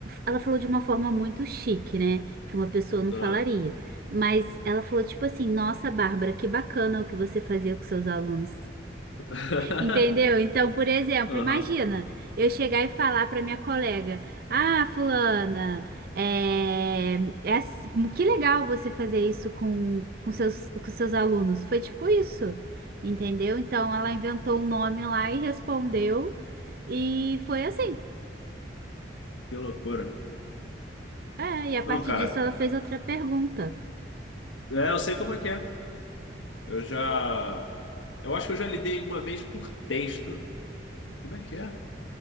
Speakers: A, on the right (about 50°); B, on the left (about 80°).
A: Ela falou de uma forma muito chique, né? Que uma pessoa não
B: ah.
A: falaria. Mas ela falou tipo assim: Nossa, Bárbara, que bacana o que você fazia com seus alunos.
B: <laughs>
A: Entendeu? Então, por exemplo,
B: Aham,
A: imagina eu chegar e falar para minha colega: Ah, fulana, é, é ass- que legal você fazer isso com, com seus, com seus alunos. Foi tipo isso, entendeu? Então, ela inventou um nome lá e respondeu, e foi assim.
B: que loucura.
A: É, e a partir
B: Não, cara,
A: disso, ela fez outra pergunta.
B: é, eu sei como é que é. Eu já. Eu acho que eu já lidei uma vez por texto. Como é que é?